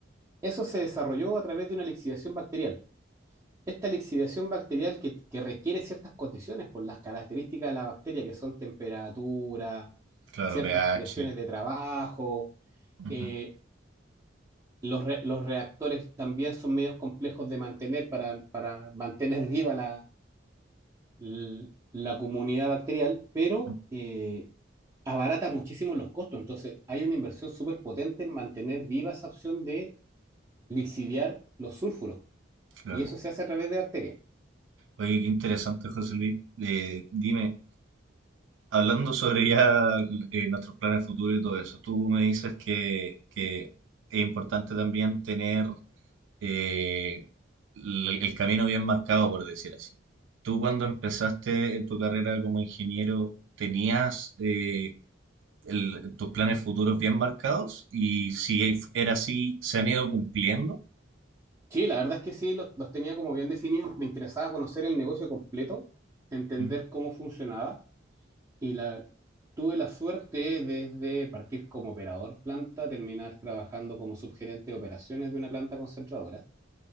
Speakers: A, on the right; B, on the right.
A: eso se desarrolló a través de una lixiviación bacterial. Esta lixiviación bacterial que, que requiere ciertas condiciones por las características de la bacteria, que son temperatura,
B: Claro,
A: ciertas
B: pH.
A: presiones de trabajo,
B: Ujú,
A: eh, los, re- los reactores también son medios complejos de mantener para, para mantener viva la, l- la comunidad bacterial, pero
B: ujú,
A: eh, abarata muchísimo los costos. Entonces, hay una inversión súper potente en mantener viva esa opción de lixiviar los sulfuros,
B: Claro.
A: y eso se hace a través de bacterias.
B: Oye, qué interesante, José Luis. Eh, dime, hablando sobre ya eh, nuestros planes futuros y todo eso, tú me dices que, que es importante también tener eh, el, el camino bien marcado, por decir así. Tú cuando empezaste en tu carrera como ingeniero, ¿tenías... eh, el- tus planes futuros bien marcados y si e- era así, se han ido cumpliendo.
A: Sí, la verdad es que sí, los, los tenía como bien definidos. Me interesaba conocer el negocio completo, entender
B: Ujú,
A: cómo funcionaba y la, tuve la suerte desde partir como operador planta, terminar trabajando como subgerente de operaciones de una planta concentradora